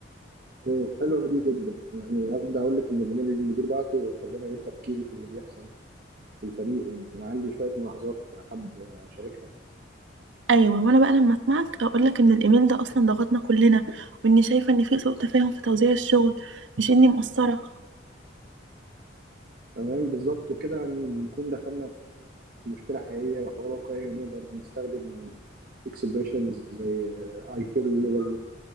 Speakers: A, on the right (about 50°); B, on the right (about 75°).
A: أوه، حلوة دي جدا يعني أبدأ أقول لك إن الإيميل اللي المدير بعته خلاني أعيد تفكيري في اللي بيحصل في الفريق وإن عندي شوية ملاحظات حابب أشاركها
B: ايوه وانا بقى لما اسمعك اقولك ان الايميل ده اصلا ضغطنا كلنا واني شايفة ان في سوء تفاهم في توزيع الشغل مش اني مقصرة
A: تمام بالظبط وكده يعني نكون دخلنا في مشكلة حقيقية وحوار واقعي ونقدر نستخدم expressions زي آه, I feel or